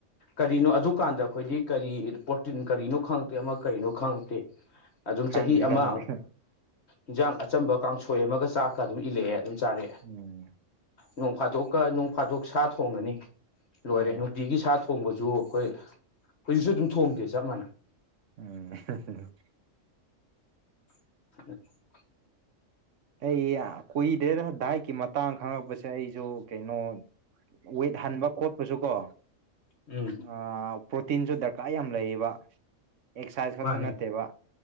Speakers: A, on the left (about 55°); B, on the right (about 70°).
A: ꯀꯔꯤꯅꯣ ꯑꯗꯨꯀꯥꯟꯗ ꯑꯩꯈꯣꯏꯗꯤ ꯀꯔꯤ ꯄ꯭ꯔꯣꯇꯤꯟ ꯀꯔꯤꯅꯣ ꯈꯪꯉꯛꯇꯦ ꯑꯃ ꯀꯔꯤꯅꯣ ꯈꯪꯉꯛꯇꯦ ꯑꯗꯨꯝ
B: ꯈꯪꯗꯦ
A: ꯆꯍꯤ ꯑꯃ
B: ꯈꯪꯗꯦ
A: ꯏꯟꯖꯥꯡ ꯑꯆꯝꯕ ꯀꯥꯡꯁꯣꯏ ꯑꯃꯒ ꯆꯥꯛꯀ ꯑꯗꯨꯝ ꯏꯜꯂꯛꯑꯦ ꯑꯗꯨꯝ ꯆꯥꯔꯛꯑꯦ
B: ꯎꯝ
A: ꯅꯣꯡ ꯐꯥꯗꯣꯛꯀꯥ ꯅꯣꯡ ꯐꯥꯗꯣꯛ ꯁꯥ ꯊꯣꯡꯉꯅꯤ ꯂꯣꯏꯔꯦ
B: ꯎꯝ
A: ꯅꯨꯡꯇꯤꯒꯤ ꯁꯥ ꯊꯣꯡꯕꯁꯨ ꯑꯩꯈꯣꯏ ꯍꯧꯖꯤꯛꯁꯨ ꯑꯗꯨꯝ ꯊꯣꯡꯗꯦ ꯆꯞ ꯃꯥꯟꯅꯩ
B: ꯎꯝ
A: <inaudible>
B: ꯑꯩ ꯀꯨꯏꯗꯦꯗ ꯗꯥꯏꯠꯀꯤ ꯃꯇꯥꯡ ꯈꯪꯉꯛꯄꯁꯦ ꯑꯩꯁꯨ ꯀꯩꯅꯣ ꯋꯦꯠ ꯍꯟꯕ ꯈꯣꯠꯄꯁꯨ ꯀꯣ
A: ꯎꯝ
B: ꯑꯥ ꯄ꯭ꯔꯣꯇꯤꯟꯁꯨ ꯗꯔꯀꯥꯔ ꯌꯥꯝ ꯂꯩꯌꯦꯕ ꯑꯦꯛꯁꯥꯏꯖ ꯈꯛꯇ
A: ꯃꯥꯅꯦ
B: ꯅꯠꯇꯦꯕ